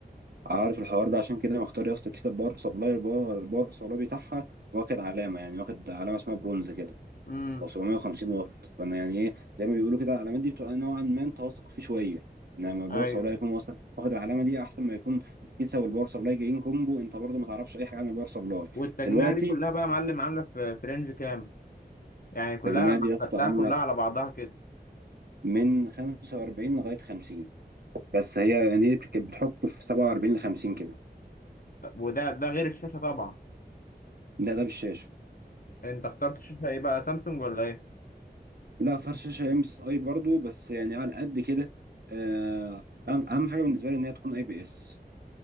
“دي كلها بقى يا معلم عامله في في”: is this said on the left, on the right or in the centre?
Left